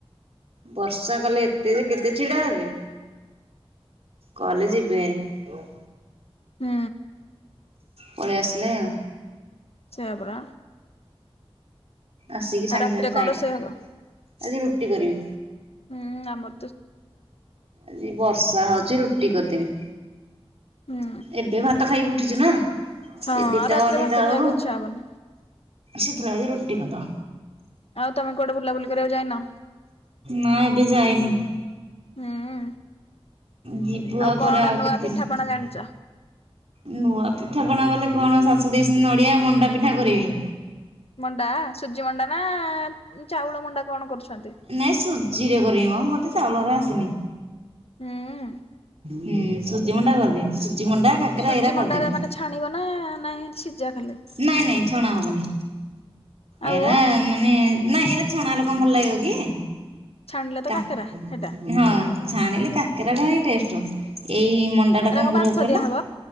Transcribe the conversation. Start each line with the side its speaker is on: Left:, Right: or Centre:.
Right: ବର୍ଷା କଲେ ଏତେ ଯେ କେତେ ଛିଡା ହେବି। କଲେ ଯିବେନେଇ।
Left: ହୁଁ।
Right: ପଳେଇ ଆସିଲେ ଆ
Left: ସେୟା ପରା।
Right: ଆସିକି
Left: ଆଉ
Right: ସାଙ୍ଗେ
Left: ରାତିରେ
Right: ସାଙ୍ଗେ
Left: କଣ ରୋଷେଇ ହବ?
Right: ସାଇଁ ଆଜି ରୁଟି କରିବି।
Left: ହୁଁ ଆମ
Right: ଆଜି ବର୍ଷା ହଉଛି ରୁଟି କରିଦେବି।
Left: ହୁଁ।
Right: ଏବେ ଭାତ ଖାଇକି ଉଠିଛୁ ନା। ଏଇ
Left: ହଁ
Right: ଦିଟା
Left: ଆଉ ରାତିରେ
Right: ଅଢ଼େଇଟା
Left: ଭାତ
Right: ବେଳକୁ,
Left: ଖାଇବାକୁ ଇଚ୍ଛା ହବନି
Right: ସେଥିପାଇଁ ଆଜି ରୁଟି କରିଦବ।
Left: ଆଉ ତମେ କୁଆଡେ ବୁଲାବୁଲି କରିଆକୁ ଯାଇନ?
Right: ନା ଏବେ ଯାଇନି।
Left: ହୁଁ
Right: ଯିବୁ ଆ
Left: କଣ
Right: ପରେ ଆଉ
Left: ନୂଆ
Right: କେତେ
Left: ପିଠାପଣା
Right: ଦିନ?
Left: ଜାଣିଛ?
Right: ନୂଆ ପିଠା ପଣା ଗଲେ କଣ ଶାଶୂ ଦେଇଛନ୍ତି ନଡିଆ ମଣ୍ଡା ପିଠା କରିବି
Left: ମଣ୍ଡା, ସୁଜି ମଣ୍ଡା ନା ଚାଉଳ ମଣ୍ଡା କଣ କରୁଛନ୍ତି?
Right: ନାଇଁ ସୁଜିରେ କରିବି ମ ମତେ ଚାଉଳ ମଣ୍ଡା ଆସେନି।
Left: ହୁଁ
Right: ହୁଁ ସୁଜି ମଣ୍ଡା କରଦେବି ସୁଜ୍ ସୁଜି ମଣ୍ଡା, କାକରା
Left: ସୁଜି
Right: ଏଇରା
Left: ମଣ୍ଡାରେ
Right: କରିଦେବି।
Left: ମାନେ ଛାଣିବ ନା ନାଇଁ ସିଝା ଖାଲି?
Right: ନାଇଁ ନାଇଁ ଛଣା ହବନି।
Left: ଆଉ
Right: ଏଇରା ମାନେ ନାଇଁ ଏଇରା ଛଣା ହେଲେ ଭଲ ଲାଗିବ କି?
Left: ଛାଣିଲେ ତ
Right: କା
Left: କାକେରା
Right: ହଁ
Left: ହେଟା
Right: ଛାଣିଲେ କାକେରା ଟା ହିଁ ଟେଷ୍ଟର ଏଇ ମଣ୍ଡାଟା
Left: ଏରା
Right: କଣ କରିବ
Left: ବାମ୍ଫ
Right: କହିଲ,
Left: ଦିଆହବ?